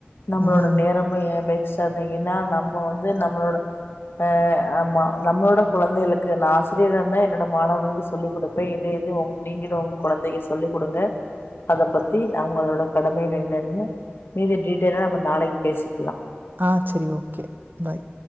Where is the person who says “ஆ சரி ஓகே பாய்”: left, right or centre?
Right